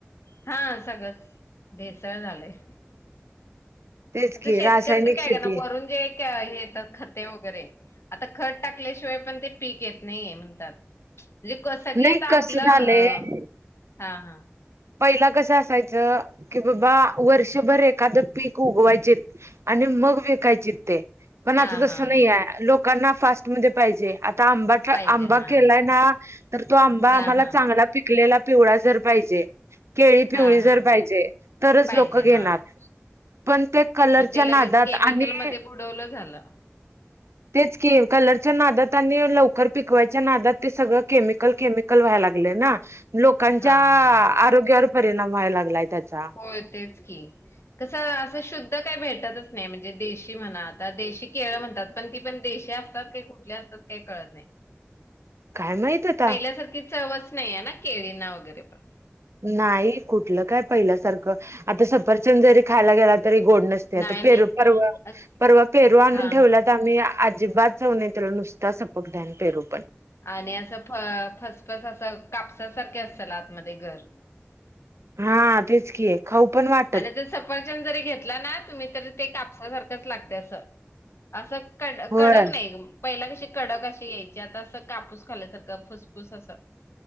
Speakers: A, on the left; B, on the right.
A: हा सगळंच भेसळ झालंय.
B: तेच
A: आता
B: की
A: शेतकरी
B: रासायनिक
A: तररी काय
B: शेती
A: कर ना वरून जे का हे येतात खते वगैरे, आता खत टाकल्याशिवाय पण ते पीक येत नाही म्हणतात. म्हणजे सगळ
B: नाही
A: तर आपलं
B: कसं झालंय
A: अ हा. हा.
B: पहिला कसं असायचं की बाबा वर्षभर एखादं पीक उगवायचे. आणि मग विकायची. पण
A: हा
B: आता तस
A: हा
B: <inaudible> नाही
A: हा
B: लोकांना फास्ट <inaudible> म पाहिजे आता आंबा
A: पाहिजे
B: आंबा
A: हा
B: केलाय ना. तर तो आंबा
A: हा
B: आम्हाला
A: हा
B: चांगला पिकलेला पिवळा जर पाहिजे. केळी पिवळी
A: हा
B: जर
A: हा हा
B: पाहिजे, तरच
A: पाहिजे
B: लोक घेणार.
A: हा
B: पण ते कलरच्या
A: मग ते
B: नादात
A: लगेच केमिकलमध्ये
B: आणि
A: बुडवलं झालं.
B: तेच <inaudible> कलरच्या नादात आणि लवकर पिकवायच्या नादात ते सगळं केमिकल केम. कल व्हायला लागले ना. लोकांच्या
A: हा हा हा
B: आरोग्यावर परिणाम व्हायला लागलाय त्याचा.
A: हो तेच की. कसं असं शुद्ध काही भेटतच नाही म्हणजे. देशी म्हणा आता देशी केळ म्हणतात पण ती पण देश <inaudible> असतात काही कुठले असतात काही कळत नाही.
B: काय माहित आता
A: पहिल्यासारखी चवच नाही आहे ना केळींना वगैरे पण
B: नाही कुठलं काय पहिल्यासारखं आता सफरचंद जरी खायला गेला तरी गोड नस
A: नाही नाही
B: पेरू परवा
A: अस
B: परवा पेरू आणून
A: हा
B: ठेवला
A: हा
B: तर आम्ही अजिबात <inaudible> जाऊय त्याला नुसता सपक <inaudible> ध्यान पेरू पण
A: आणि असं <inaudible> फणस असं कापसासारखे असतल आतमध्ये <inaudible> घर
B: हा तेच की <inaudible> आहे खाऊ पण वाट
A: आणि ते सफरचद न जरी घेतला ना तुम्ही तरी ते कापसासारखंच लागते असं असं. कडक
B: होय
A: नाही पहिला कशी कडक अशी यायची आता असं कापूस खाल्ल्यासारखं फुसफुस असं.